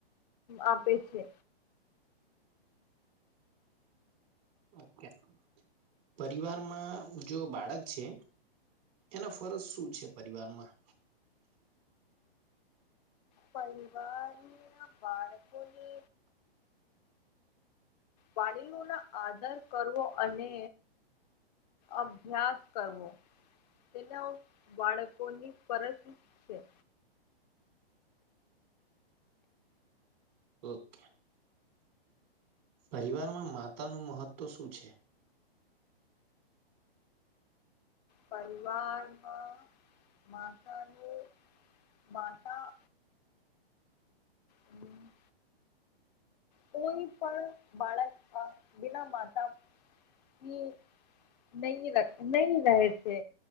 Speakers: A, on the left; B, on the right.
A: આપે છે
B: ઓકે પરિવારમાં જો બાળક છે એના ફરજ શું છે પરિવારમાં
A: પરિવારના બાળકોને વડીલો ના આદર કરવો અને અભ્યાસ કરવો તેના બાળકોની ફરજ છે
B: ઓકે પરિવારમાં માતાનું મહત્વ શું છે
A: પરિવારમાં માતાને માતા હમ કોઈ પણ બાળકમાં બીના માતા ની નહી નહી રહે છે